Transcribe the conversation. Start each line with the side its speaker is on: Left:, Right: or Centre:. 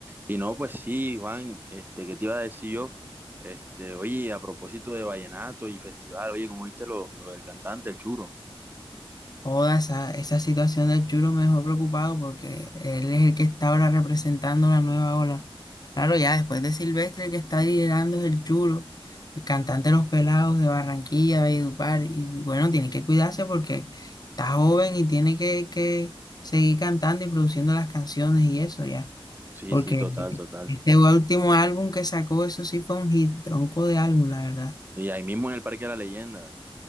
Right: Y no, pues sí, Juan, este, ¿qué te iba a decir yo? Este, oye, a propósito de vallenato y festival, oye, como viste lo, lo del cantante, el churo?
Left: Toda esa, esa situación del Churo me dejó preocupado porque él es el que está ahora representando la nueva ola. Claro, ya después de Silvestre, el que está liderando es el Churo, el cantante de Los Pelados de Barranquilla, Valledupar. Y bueno, tiene que cuidarse porque está joven y tiene que, que seguir cantando y produciendo las canciones y eso ya.
Right: Sí,
Left: Porque
Right: sí, total, total.
Left: este último álbum que sacó, eso sí fue un hit, tronco de álbum, la verdad.
Right: Y ahí mismo en el Parque de la Leyenda.